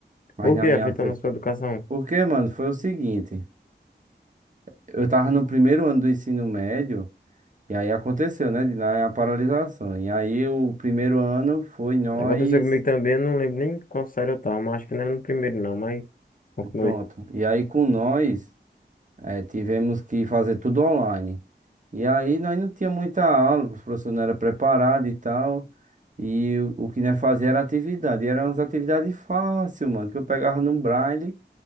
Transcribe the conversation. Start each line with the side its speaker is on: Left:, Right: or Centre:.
Right: mas
Left: Por
Right: na
Left: que
Right: minha.
Left: afetando
Right: afe-
Left: a sua educação?
Right: Porque, mano, foi o seguinte. Eu tava no primeiro ano do ensino médio. E aí aconteceu, né? de- na- A paralisação. E aí o primeiro ano foi nós.
Left: Aconteceu comigo também, eu não lembro nem qual série eu tava, mas acho que não era no primeiro não, mas continuei.
Right: Pronto. E aí com nós eh, tivemos que fazer tudo online. E aí nós não tinha muita aula, os professores não eram preparados e tal. E o o que nós fazia era atividade. E eram umas atividades fáceis, mano, que eu pegava no Braille